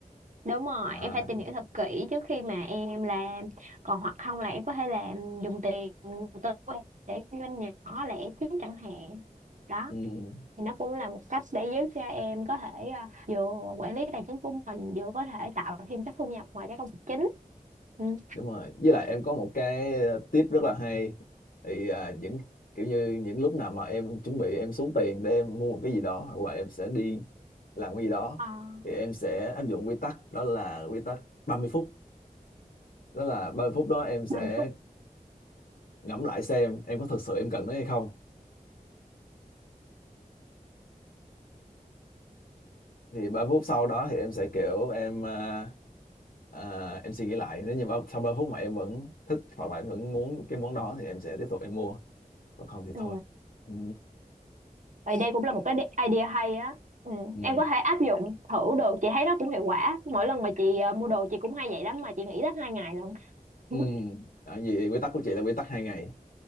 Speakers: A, on the right (about 55°); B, on the left (about 70°).
A: Đúng rồi,
B: Đó.
A: em phải tìm hiểu thật kỹ trước khi mà em làm. Còn hoặc không là em có thể làm dùng tiền đầu tư của em để kinh doanh nhỏ lẻ chứ chẳng hạn. Đó,
B: Ừ.
A: thì nó cũng là một cách để giúp cho em có thể à, vừa quản lý tài chính của mình, vừa có thể tạo thêm các thu nhập ngoài các công việc chính. Ừ.
B: đúng rồi với lại em có một cái ờ, tip rất là hay thì à, những kiểu như những lúc nào mà em chuẩn bị em xuống tiền để em mua một cái gì đó hoặc là em sẽ đi làm cái gì đó
A: À,
B: thì em sẽ áp dụng quy tắc đó là quy tắc ba mươi phút đó là 30 phút đó em sẽ
A: ba mươi phút.
B: ngẫm lại xem em có thực sự em cần nó hay không thì 30 phút sau đó thì em sẽ kiểu em à, à, em suy nghĩ lại nếu như ba- sau 30 phút mà em vẫn thích hoặc là em vẫn muốn cái món đó thì em sẽ tiếp tục em mua còn không thì
A: Ừ.
B: thôi ừ.
A: Vậy đây cũng là một cái di- idea hay á. Ừ.
B: Ừ.
A: Em có thể áp dụng thử được, chị thấy nó cũng hiệu quả. Mỗi lần mà chị à, mua đồ chị cũng hay vậy lắm mà chị nghĩ tới hai ngày lận. <laughs>
B: Ừ. Đó, vậy quy tắc của chị là quy tắc hai ngày.